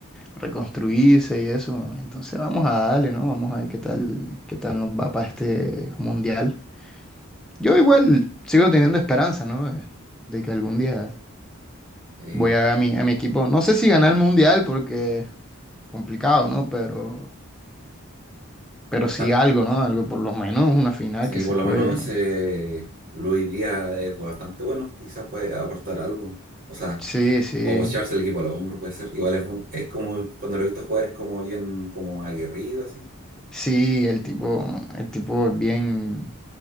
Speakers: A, in the centre; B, on the right.
A: reconstruirse y eso. Entonces vamos a darle, ¿no? Vamos a ver qué tal, qué tal nos va para este mundial. Yo igual sigo teniendo esperanza, ¿no? De, de que algún día
B: Eh,
A: voy a ver a mi, a mi equipo. No sé si ganar el mundial porque complicado, ¿no? Pero Pero sí
B: ah,
A: algo, ¿no? Algo, por lo menos una final
B: sí,
A: que se
B: por
A: juegue,
B: lo menos
A: ¿no?
B: ese Luis Díaz es bastante bueno, quizás puede aportar algo. O sea,
A: Sí, sí.
B: o echarse el equipo al hombro puede ser. Igual es, es como, cuando lo he visto jugar es como bien como aguerrido así.
A: Sí, el tipo, el tipo es bien.